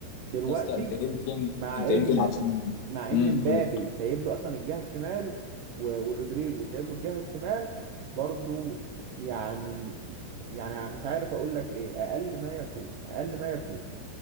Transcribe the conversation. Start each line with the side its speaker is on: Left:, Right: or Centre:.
Right: دلوقتي
Left: يا اسطى انت يمكن
Right: مع
Left: انت
Right: ان
Left: يمكن عشان
Right: مع ان
Left: امم
Right: مبابي
Left: قول
Right: سايب له اصلا الجهه الشمال و- ورودريجو سايب له الجهه الشمال برضو يعني يعني مش عارف اقول لك ايه اقل ما يكون اقل ما يكون